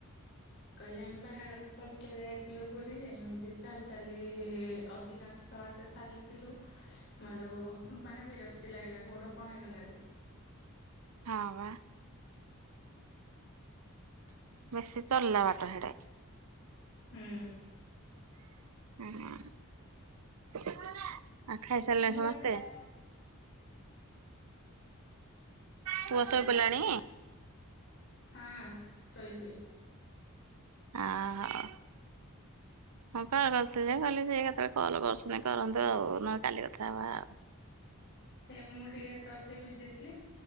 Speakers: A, on the left; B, on the right.
A: କହିଲେ ଆମେ ବାହାଘର ପରେପରେ ଯାଇଥିଲୁ ପୁରୀ ଯେ ଏମିତି ଚାଲି ଚାଲି ଅଧିକାଂଶ ତବାଟ ଚାଲିଥିଲୁ ମାଲୋ ମାନେ ବିରକ୍ତି ଲାଗିଲା ଗୋଡ କଣ ହେଇଗଲା ବି
B: ହଁ ବା, ବେଶୀ ଚଲିଲା ବାଟ ହେଠେ
A: ହୁଁ
B: ଉ ହୁଁ ଆ ଖାଇ ସାରିଲେ
A: କିନ୍ତୁ
B: ସମସ୍ତେ।
A: ବାଟ
B: ପୁଅ ଶୋଇପଡ଼ିଲାଣି
A: ଏ ହଁ ଶୋଇଚି।
B: ଓ ହୋ। ମୁଁ କଲ୍ କରିଲଥିଲେ ଯେ କହଲି ସେ କେତେବେଳେ କଲ୍ କରୁଛନ୍ତି କରନ୍ତୁ ଆଉ ନହେଲେ କାଲି କଥା ହବା ଆଉ।
A: ହେ ମୁଁ ଟିକେ ତସେ ବିଯି ଥିଲି।